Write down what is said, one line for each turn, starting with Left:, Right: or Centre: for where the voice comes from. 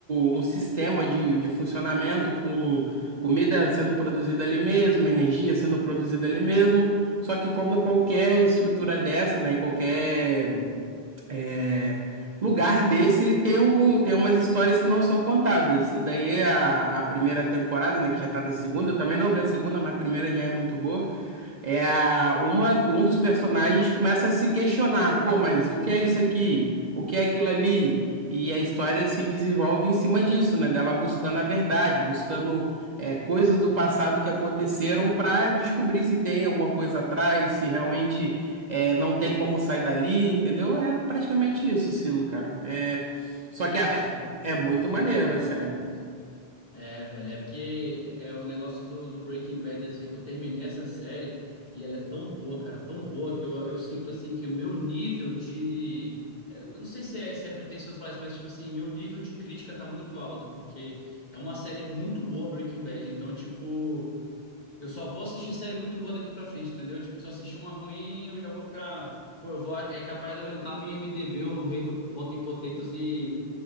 Right: um sistema de, de funcionamento com comida sendo produzida ali mesmo, energia sendo produzida ali mesmo. Só que como qualquer estrutura dessa, né? Qualquer é, lugar desse tem, algum, tem umas histórias que não são contadas. E daí a, a primeira temporada, né, que já tá na segunda, eu também não vi a segunda, mas a primeira já é muito boa. É a, uma, um dos personagens começa a se questionar, pô, mas o que é isso aqui? O que é aquilo ali? E a história se desenvolve em cima disso, né? Dela buscando a verdade, buscando é, coisas do passado que aconteceram para descobrir se tem alguma coisa atrás, se realmente é, não tem como sair dali, entendeu? É praticamente isso, Silo, cara. É, só
Left: Entendi,
Right: que a- é, é
Left: pô.
Right: muito maneiro a série.
Left: É, velho, é porque é o negócio do, do Breaking Bad, assim, que eu terminei essa série e ela é tão boa, cara, tão boa que eu, eu sinto, assim, que o meu nível de. eu Não sei se é, se é pretensioso falar isso, mas, tipo assim, meu nível de crítica tá muito alto, porque é uma série muito boa, Breaking Bad, então, tipo, eu só vou assistir série muito boa daqui pra frente, entendeu? Tipo, se eu assistir uma ruim, eu já vou ficar. Pô, eu vou. É capaz de eu entrar no IMDb ou no Rotten Rotten Potatoes e.